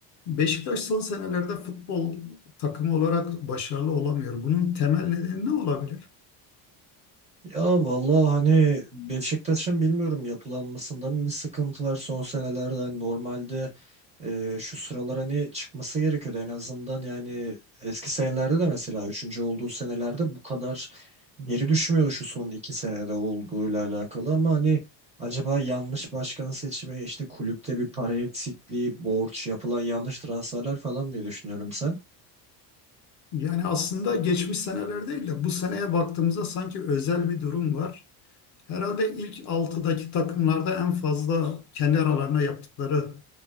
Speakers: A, on the left; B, on the right.
A: Beşiktaş son senelerde futbol takımı olarak başarılı olamıyor. Bunun temel nedeni ne olabilir?
B: Ya vallahi hani Beşiktaş'ın bilmiyorum yapılanmasında mı bir sıkıntı var son senelerde hani normalde e, şu sıralar hani çıkması gerekiyordu en azından yani eski senelerde de mesela üçüncü olduğu senelerde bu kadar geri düşmüyordu şu son iki senede olduğuyla alakalı ama hani Acaba yanlış başkan seçimi, işte kulüpte bir para eksikliği, borç, yapılan yanlış transferler falan diye düşünüyorum sen.
A: Yani aslında geçmiş seneler değil de bu seneye baktığımızda sanki özel bir durum var. Herhalde ilk altıdaki takımlarda en fazla kendi aralarında yaptıkları